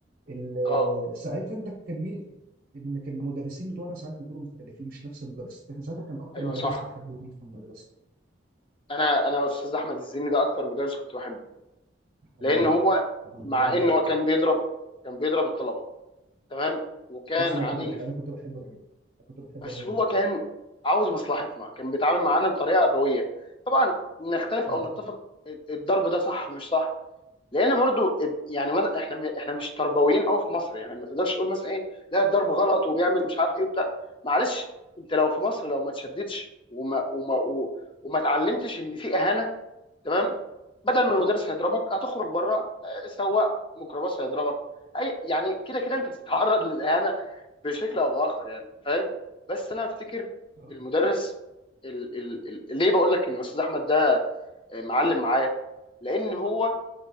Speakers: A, on the right; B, on the left.
A: ال-
B: اه
A: ساعتها انت كان مين ان كان المدرسين بتوعنا ساعات بيكونوا مختلفين مش نفس المدرس احنا ساعتها كان اكتر
B: ايوه
A: مدرس
B: صح
A: بتحبه مين في المدرسه
B: انا انا استاذ احمد الزيني ده اكتر مدرس كنت بحبه
A: حبيبي
B: لان هو
A: حبيبي
B: مع
A: راجل
B: ان
A: محترم
B: هو كان بيضرب كان بيضرب الطلبه تمام وكان
A: بس لا
B: عنيف
A: كنت بح... انا كنت بحب الراجل انا كنت بحب
B: بس
A: الراجل
B: هو
A: ده
B: كان عاوز مصلحتنا كان بيتعامل معانا بطريقه ابويه طبعا نختلف
A: جدا
B: او نتفق الضرب ده صح مش صح لان برضو ال- يعني مث- احنا احنا مش تربويين قوي في مصر يعني ما تقدرش تقول مثلا ايه لا الضرب غلط وبيعمل مش عارف ايه وبتاع معلش انت لو في مصر لو ما تشددش وما وما و- وما اتعلمتش ان في اهانه تمام بدل ما المدرس هيضربك هتخرج بره آه، سواق ميكروباص هيضربك اي يعني كده كده انت بتتعرض للاهانه بشكل او باخر يعني فاهم بس انا افتكر
A: اه
B: المدرس ال ال ال ليه بقول لك ان استاذ احمد ده آه، معلم معايا لان هو